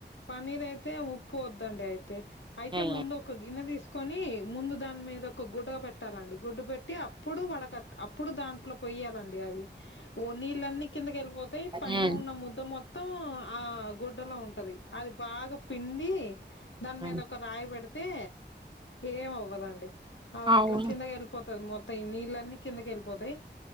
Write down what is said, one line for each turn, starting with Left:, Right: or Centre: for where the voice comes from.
Left: పన్నీర్ అయితే ఉప్పు వద్దండి అయితే అయితే
Right: హ్మ్.
Left: ముందు ఒక గిన్న తీసుకు కని ముందు దాని మీద ఒక గుడ్డుగా పెట్టాలండి గుడ్డు పెట్టి టి అప్పుడు వడకట్ అప్పుడు దాంట్లో కొయ్యాలండి అది ఓ నీల్ అన్ని కింద గె పోతే పైన
Right: హ్మ్.
Left: ఉన్న ముద్ద మొత్తం మొత్తం ఆ గుడ్డలో ఉంటది అది బాగా పిండి దాని
Right: హ్మ్.
Left: మీద ఒక రాయి పెడుత అతే ఏం అవ్వదండి
Right: అవును.
Left: అట్లా కిందకి వెళ్ళిపోతాది మొత్ యి నీళ్ళన్నీ కిందకి వెళ్ళిపోతాయి